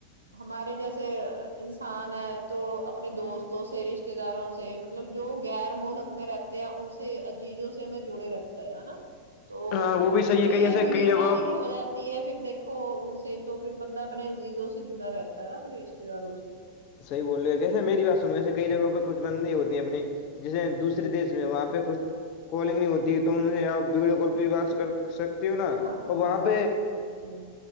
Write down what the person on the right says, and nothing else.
ہمارے جیسے انسان ہے تو اپنے دوستوں سے رشتے داروں سے مطلب جو غیر ملک میں رہتے ہیں ان سے عزیزوں سے ہمیں جڑے رکھتا ہے ہے نا تو
مطلب
وہی
ہے ویڈیو
کالنگ ہو جاتی تی ہے پھر دیکھو ان سے تو پھر بندہ اپنے عزیزوں سے جڑا رہتا ہے نا اپنے رشتے داروں سے
ہاں
بات کر سکتے ہو